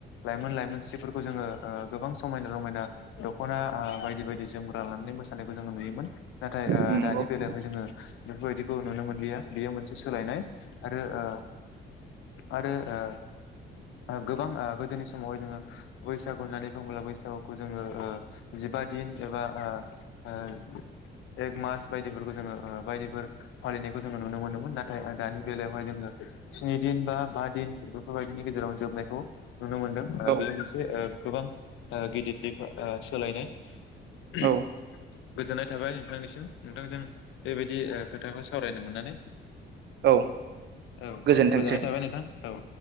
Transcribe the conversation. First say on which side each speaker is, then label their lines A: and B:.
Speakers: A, on the left (about 80°); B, on the right (about 60°).
A: लाइमोन लाइमोनस्रि। जोङो ओ गोबां। समायना रमायना। दख'ना ओ बायदि बायदि जोमो। लानानै मोसानायखौ जोङो नुयोमोन। नाथाय
B: औ
A: ओ दानि बेलायावहाय जोङो बेफोरबायदिखौ नुनो मोनलिया बेयो मोनसे सोलायनाय रो ओ आरो ओ गोबां ओ गोदोनि समावहाय जोङो बैसागु होननानै बुङोब्ला बैसागुखौ जोङो ओ जिबा दिन एबा ओ एक मास बायदिफोरखौ जोङो ओ बायदिफोर फालिनायखौ जोङो नुनो मोनोमोन ना थाय दानि बेलायावहाय जोङो स्नि दिन बा बा दिन बेफोरबायदिनि गेजेराव जोबनायखौ नुनो मोनदों
B: औ
A: बे मोनसे ओ गोबां ओ गिदिरदिर ओ सोलायनाय <unintelligible>
B: औ
A: गोजोननाय थाबाय नोंथांनिसिम नोथां जों बेबायदि ओ खोथाखौ सावरायनो मोननानै
B: औ
A: औ
B: गोजोनथोंसै
A: औ गोजोननाय थाबाय नोंथां औ